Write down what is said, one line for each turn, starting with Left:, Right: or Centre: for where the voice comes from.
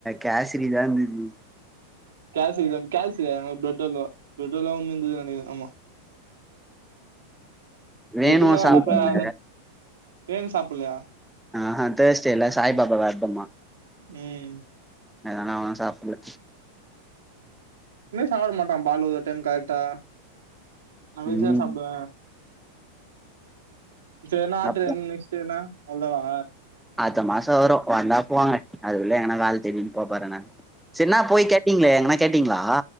Centre: கேசரி தா இருந்துது
Right: கேசரிதா கேல்சு எங்ளுக் பிரட் அல்வா பிரட் இல்லாம இர்ந்துது நெனைக்கிற ஆமா
Centre: வேணுவு
Right: எதுமே வேணா
Centre: சாப்புட்ல
Right: அப்ப அத்ல ஏன் சாப்புல்ல
Centre: ஆ ஹா தேர்ஸ்டேல சாய் பாபா வெர்தமா
Right: ம்
Centre: அதுனால அவன் சாப்புல்ல
Right: ப்மே சாப்ட மாட்டான் பாலு ஒரு டைம் கர்ட்டா நா வெஜ்தா
Centre: ம்
Right: சாப்டுவ சே என்ன ஆட்ரு
Centre: அப்புறோ
Right: நெஸ்ட் எதுனா அவ்ல்தாவா
Centre: அட்த்த மாசோ வரூ வந்தா போவே அதுக்குள்ள எங்கனா வேல தேடின் போபோற நானு டீம்ளே எங்கனா கேட்டீங்ளா